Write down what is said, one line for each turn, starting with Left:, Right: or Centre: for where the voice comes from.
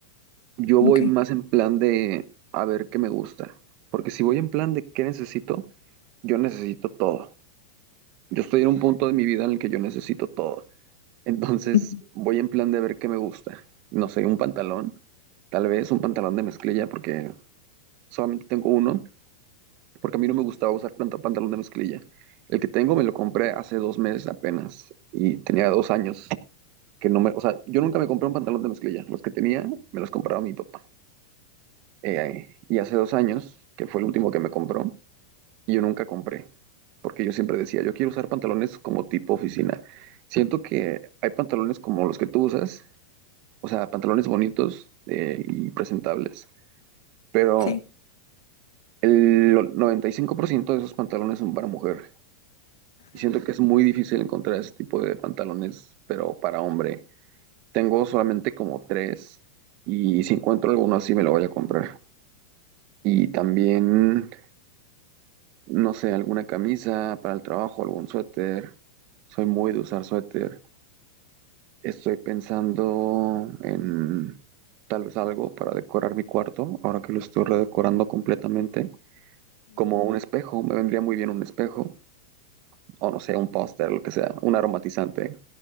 Right: Yo voy
Left: Ok.
Right: más en plan de a ver qué me gusta, porque si voy en plan de qué necesito, yo necesito todo. Yo estoy en un punto de mi vida en el que yo necesito todo. Entonces
Left: Ujú.
Right: voy en plan de ver qué me gusta. No sé, un pantalón, tal vez un pantalón de mezclilla, porque solamente tengo uno, porque a mí no me gustaba usar planta- pantalón de mezclilla. El que tengo me lo compré hace dos meses apenas y tenía dos años que no me, o sea, yo nunca me compré un pantalón de mezclilla. Los que tenía me los compraba mi papá. Eh, y hace dos años, que fue el último que me compró, y yo nunca compré, porque yo siempre decía, yo quiero usar pantalones como tipo oficina. Siento que hay pantalones como los que tú usas, o sea, pantalones bonitos eh, y presentables, pero
Left: Sí.
Right: el 95% de esos pantalones son para mujer. Y siento que es muy difícil encontrar ese tipo de pantalones, pero para hombre. Tengo solamente como tres y si encuentro alguno así me lo voy a comprar. Y también no sé, alguna camisa para el trabajo, algún suéter. Soy muy de usar suéter. Estoy pensando en tal vez algo para decorar mi cuarto, ahora que lo estoy redecorando completamente. Como un espejo, me vendría muy bien un espejo, o no sé, un póster, lo que sea, un aromatizante